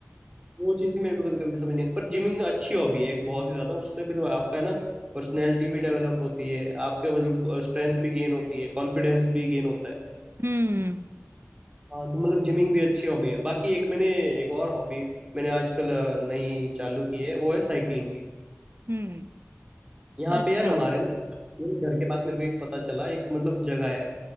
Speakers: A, on the right; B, on the right.
A: वो चीज़ भी मेरे को कभी कभी समझ नहीं आती पर जिमिंग अच्छी हॉबी है एक बहुत ही ज़्यादा उससे फिर आपका है ना पर्सनैलिटी भी डेवलप होती है आपके मतलब स्ट्रेंथ भी गेन होती है कॉन्फिडेंस भी गेन होता है
B: हम्म
A: हाँ तो मतलब जिमिंग भी अच्छी हॉबी है बाकी एक मैंने एक और हॉबी मैंने आजकल अ, नई चालू की है वो है साइकिलिंग की
B: हम्म
A: यहाँ
B: अच्छा
A: पे यार हमारे ना मेरे घर के पास मेरे को एक पता चला एक मतलब जगह है